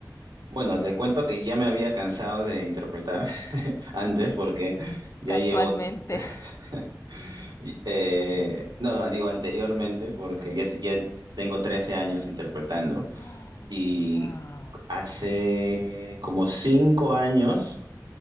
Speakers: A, on the right; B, on the left.
A: Bueno, te cuento que ya me había cansado de interpretar <laughs> antes porque ya
B: Casualmente.
A: llevo, <laughs> y- eh, no, no, digo anteriormente porque ya, ya tengo 13 años interpretando
B: <laughs>
A: y
B: <gasps> Wow.
A: hace como 5 años